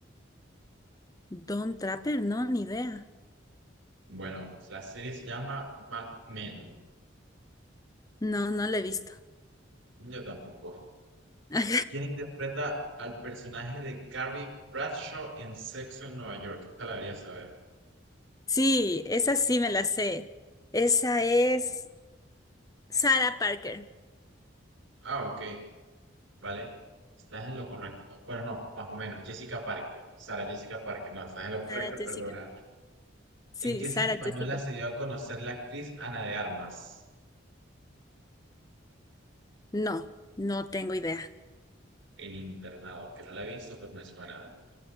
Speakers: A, on the left; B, on the right.
A: Don Trapper, no, ni idea.
B: Bueno, la serie se llama Mad Men.
A: No, no la he visto.
B: Yo tampoco.
A: <laughs> Ajá.
B: quien interpreta al personaje de Carrie Bradshaw en Sexo en Nueva York. Esta la debería saber.
A: Sí, esa sí me la sé. Esa es Sarah Parker.
B: Ah, ok, vale. Estás en lo correcto. Bueno, no, más o menos. Jessica Parker. Sara Jessica Parker. No, estás en lo correcto,
A: Sarah Jessica
B: perdona.
A: Sí,
B: ¿En qué
A: Sara
B: serie española
A: Jessica.
B: se dio a conocer la actriz Ana de Armas?
A: No, no tengo idea.
B: El internado, que no la he visto, pero me suena.